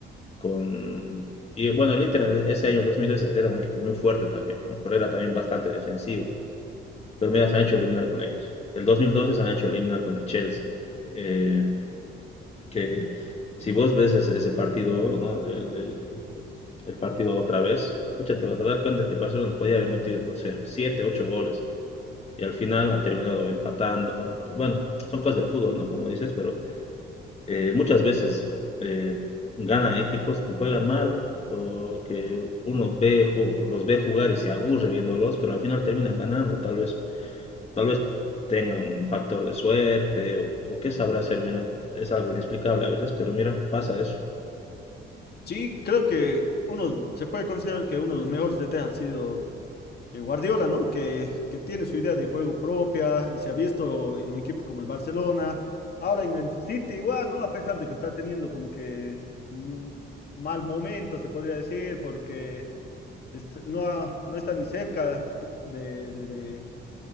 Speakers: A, on the left (about 30°); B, on the left (about 55°).
A: con... Y bueno, el Inter ese año, el 2010, era un equipo muy fuerte también, ¿no? Pero era también bastante defensivo. Pero mira, se han hecho eliminar con ellos. El 2012 se han hecho eliminar con el Chelsea. eh, que si vos ves ese, ese partido, ¿no? El, el- el partido otra vez, pucha, te vas a dar cuenta que el Barcelona podía haber metido, no sé, 7 8 goles y al final ha terminado empatando. Y bueno, son cosas del fútbol, ¿no? Como dices, pero eh, muchas veces eh, ganan equipos que juegan mal o que uno ve, ju- los ve jugar y se aburre viéndolos, pero al final terminan ganando. Tal vez, tal vez tenga un factor de suerte o, o qué sabrá hacer, mira, es algo inexplicable a veces, pero mira, pasa eso.
B: Sí, creo que uno se puede considerar que uno de los mejores DT ha sido eh, Guardiola, ¿no? Que, que tiene su idea de juego propia, se ha visto en equipos como el Barcelona, ahora en el City igual, ¿no? A pesar de que está teniendo como que mm, mal momento, se podría decir, porque est- no, ha- no está ni cerca de, de- de-